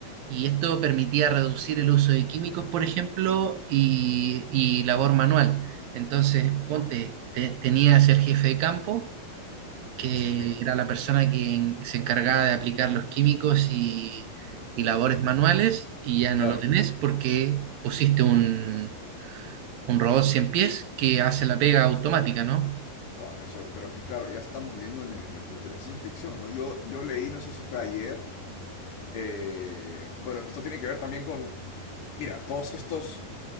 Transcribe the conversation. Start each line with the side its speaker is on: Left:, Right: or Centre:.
Right: y esto permitía reducir el uso de químicos, por ejemplo, y, y labor manual. Entonces, ponte, te- tenías el jefe de campo, que
Left: Sí.
Right: era la persona que en- se encargaba de aplicar los químicos y, y labores manuales, y ya no
Left: Claro.
Right: lo tenés porque pusiste un, un robot 100 pies que hace la pega automática, ¿no?
Left: Wow, eso, pero es que, claro, ya estamos viviendo en el, en el futuro, en la ciencia ficción, ¿no? Yo, yo leí, no sé si fue ayer. eh, bueno, esto tiene que ver también con. Mira, todos estos